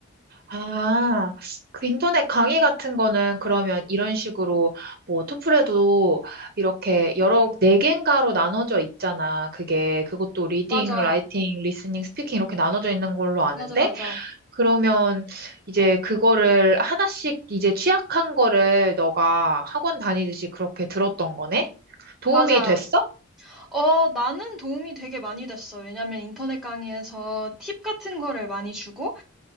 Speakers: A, on the right; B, in the centre.
A: 아, 그 인터넷 강의 같은 거는 그러면 이런 식으로 뭐 토플에도 이렇게 여러 네 개인가로 나눠져 있잖아. 그게 그것도 리딩,
B: 맞아.
A: 라이팅, 리스닝, 스피킹 이렇게 나눠져 있는 걸로 아는데
B: 맞아, 맞아.
A: 그러면 이제 그거를 하나씩 이제 취약한 거를 너가 학원 다니듯이 그렇게 들었던 거네? 도움이
B: 맞아.
A: 됐어?
B: 어, 나는 도움이 되게 많이 됐어. 왜냐면 인터넷 강의에서 팁 같은 거를 많이 주고,